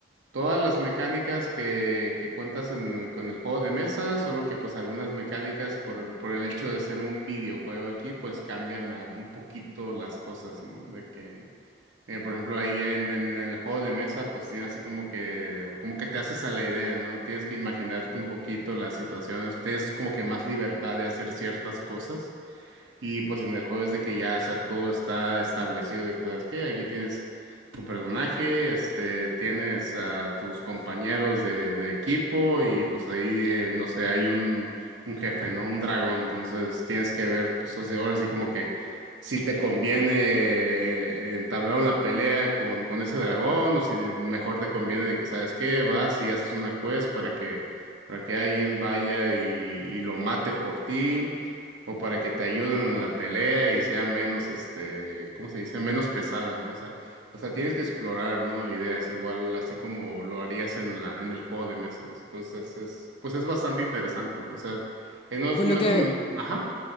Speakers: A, on the right (about 80°); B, on the left (about 30°).
A: todas las mecánicas que, que cuentas en- con el juego de mesa, solo que pues algunas mecánicas por, el- por el hecho de ser un videojuego aquí, pues cambian a un poquito las cosas, ¿no? De que, eh, por ejemplo, ahí en, en el juego de mesa, pues tienes así como que, como que te haces a la idea, ¿no? Tienes que imaginarte un poquito las situaciones, tienes como que más libertad de hacer ciertas cosas. Y pues en el juego es de que ya, o sea, todo está establecido de que, ¿sabes qué? Aquí tienes tu personaje, este, tienes a tus compañeros de, de equipo y pues ahí, eh, no sé, hay un, un jefe, ¿no? Un dragón. Entonces tienes que ver, pues así- ahora sí como que si te conviene eh, entablar una pelea con, con ese dragón o si mejor te conviene de que, ¿sabes qué? Vas y haces una quest para que, para que alguien vaya y y lo mate por ti o para que te ayuden en la pelea y sea menos, este, ¿cómo se dice? Menos pesada, ¿no? O sea, o sea, tienes que explorar, ¿no? Ideas, igual así como lo harías en la, en el juego de mesas. Entonces es, pues es bastante interesante, ¿no? O sea, eh, no es,
B: Por
A: no
B: lo
A: es
B: que,
A: un, ajá,